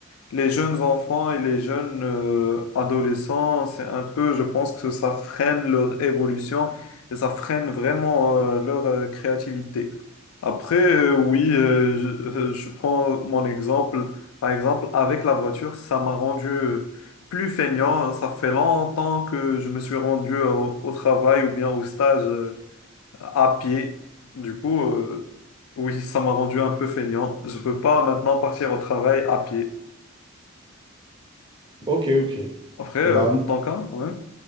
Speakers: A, on the left (about 80°); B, on the right (about 20°).
A: les jeunes enfants et les jeunes euh, adolescents, c'est un peu, je pense que ça freine leur évolution et ça freine vraiment euh, leur euh, créativité. Après, euh, oui, euh, je, euh, je prends mon exemple. Par exemple, avec la voiture, ça m'a rendu euh, plus feignant. Ça fait longtemps que je me suis rendu au, au travail ou bien au stage euh, à pied. Du coup, euh, oui, ça m'a rendu un peu feignant. Je peux pas maintenant partir au travail à pied.
B: Ok, ok. Et
A: Après, euh,
B: bah,
A: pour ton cas, ouais.